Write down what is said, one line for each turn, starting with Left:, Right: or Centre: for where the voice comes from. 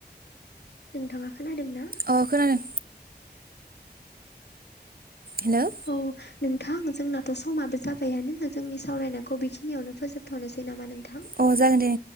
Left: नोंथाङा खोनादोंना?
Right: अ खोनादों। हेल'
Left: औ नोंथां जोंनाथ' समाबो जाबायानो जोंनि सावरायनायखौ बेखिनियावनो फोजोबथ'नोसै नामा नोंथां?
Right: अ जागोन दे।